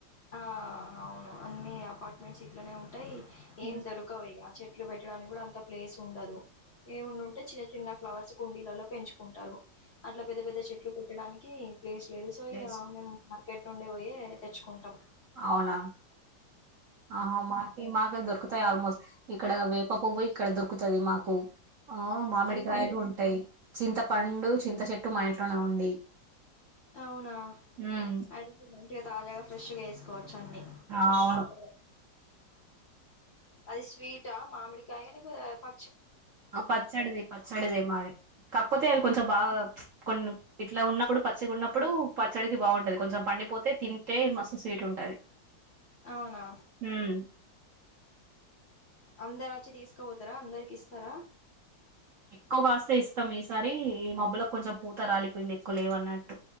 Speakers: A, on the left; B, on the right.
A: ఆ అవును అన్ని అపార్ట్మెంట్స్ ఇట్లనే ఉంటయ్
B: హ్మ్.
A: ఏం దొరకవు ఇగా చెట్లు పెట్టడానికి కూడా అంత ప్లేస్ ఉండదు. ఏమన్న ఉంటే చిన్న చిన్న ఫ్లవర్స్ కుండీలలో పెంచుకుంటారు. అట్ల పెద్ద పెద్ద చెట్లు పెట్టడానికి ప్లేస్ లేదు సో
B: ప్లేస్
A: ఇగ మేము గెట్టుండి పోయి తెచ్చుకుంటాం.
B: అవునా ఆ మాకి మాక దొరుకుతాయి ఆల్మోస్ట్ ఇక్కడ వేప పువ్వు ఇక్కడ దొరుకుతది మాకు ఆ మామిడికాయలు
A: అన్ని చెట్లున్నాయి
B: ఉంటాయి, చింత పండు చింత చెట్టు మా ఇంట్లోనే ఉంది.
A: అవునా
B: ఉమ్
A: అయితే మంచిగా తాజాగా ఫ్రెష్ వేస్ వచ్చు అన్ని
B: అవును
A: అప్పుడె, అది స్వీట్ ఆ మామిడికాయ లేకపోతే ప
B: ఆ పచ్చడిదె, పచ్చడిదె మరి కాకపోతే అది కొంచెం బాగా కొన్ని ఇట్లా ఉన్నప్పుడు పచ్చిగా ఉన్నప్పుడు పచ్చడికి బాగుంటది, కొంచెం పండిపోతే తింటే మస్తు స్వీట్ ఉంటది.
A: అవునా
B: ఉమ్
A: అందరు వచ్చి తీసుకు పోతారా అందరికి ఇస్తారా,
B: ఎక్కువ కాస్తే ఇస్తాం, ఈసారి ఈ మబ్బులకు కొంచెం పూత రాలిపోయింది, ఎక్కువ లేదు అన్నట్టు